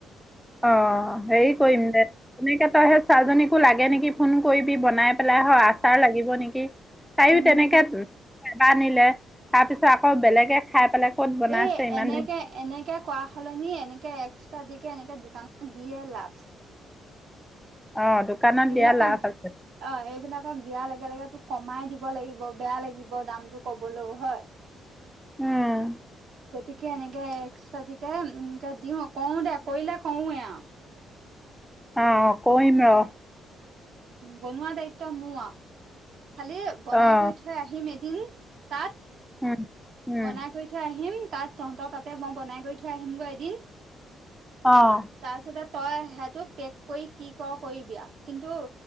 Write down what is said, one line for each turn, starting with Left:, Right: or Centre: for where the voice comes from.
Centre: আহ সেই কৰিম দে এনেকে তই সেই ছোৱালীজনীকো লাগে নেকি, ফোন কৰিবি বনাই পেলাই হয় আচাৰ লাগিব নেকি তায়
Right: উম
Centre: ও তেনেকে এবাৰ নিলে, তাৰ পিছত আকৌ বেলেগে খাই পেলাই ক'ত বনাইছে
Right: এ
Centre: ইমান
Right: এনেকে
Centre: ধুনীয়া
Right: এনেকে কৰা হলনি, এনেকে এক্সট্ৰা দিকে এনেকে দোকানত দিয়ে লাভ
Centre: অ', দোকানত
Right: এইবিলাকক
Centre: দিয়া লাভ আছে
Right: অ' এইবিলাকক দিয়াৰ লগে লগে, তোক কমাই দিব লাগিব বেয়া লাগিব, দামতটো কবলৈও হয়-
Centre: <inaudible> উম
Right: গতি <inaudible> এনেকে এক্সট্ৰাটিকে এনেকে দিওঁ কৰো, দে কৰিলে কৰওঁৱে আৰু
Centre: অ', কৰিম ৰহ
Right: বনোৱা দায়িত্ব মোৰ আহ, খালি বনাই
Centre: অ',
Right: কৰি থৈ আহিম এদিন তাত
Centre: উম উম
Right: বনাই কৰি থৈ আহিম, তাত তহঁতৰ তাতে মই বনাই কৰি থৈ আহিম গৈ এদিন
Centre: অ',
Right: তাৰপিছতে, তই সেইটো পেক কৰি কি কৰ কৰিবি, আৰু কিন্তু